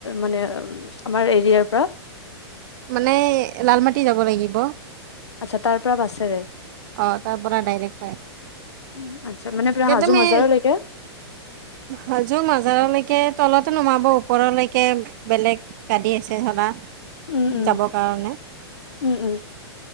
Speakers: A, on the left (about 85°); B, on the right (about 45°).
A: মানে আমাৰ এৰিয়াৰ পৰা।
B: মানে <unintelligible> যাব লাগিব।
A: আচ্ছা তাৰ পৰা বাছেৰে।
B: অ তাৰ পৰা ডাইৰে্ট পাই
A: উম, আচ্ছা মানে পুৰা
B: এতিয়া
A: হাজো
B: তুমি
A: মাজাৰলৈকে
B: হাজো মাজাৰলৈকে তলতো নমাব, ওপৰলৈকে বেলেগ গাড়ী আছে ধৰা,
A: উম উম
B: যাবৰ কাৰণে
A: উম উম